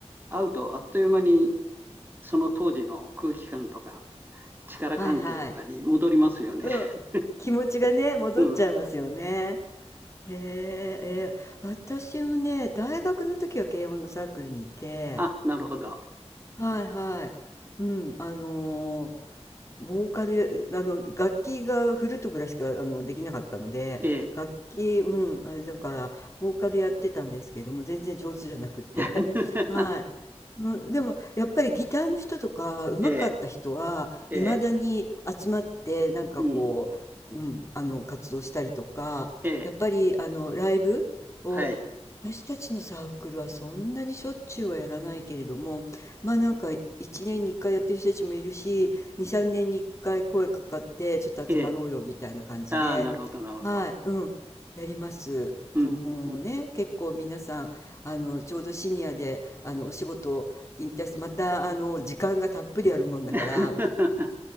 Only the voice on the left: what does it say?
はいはい。うん。
気持ちがね、戻っちゃいますよね。
へえ、えー私もね、大学の時は軽音のサークルにいて、
はいはい。うん、あのボーカルや、あの、楽器がフルートぐらいしか、あの、できなかったので、
楽器、うん、あれだから、ボーカルやってたんですけども、全然上手じゃなくって。
<laughs> はい。うん、でも、やっぱりギターの人とか、上手かった人は、
いまだに集まって、なんかこう、
うん、あの、活動したりとか、
やっぱり、あの、ライブを、
私たちのサークルはそんなにしょっちゅうはやらないけれども、まあなんか1年に1回やってる人たちもいるし、2、3年に1回声かかって、ちょっと集まろうよみたいな感じで、
はい、うん、やります。
と、もうね、
結構皆さん、あの、ちょうどシニアで、あの、お仕事を引退して、また、あの、時間がたっぷりあるもんだから、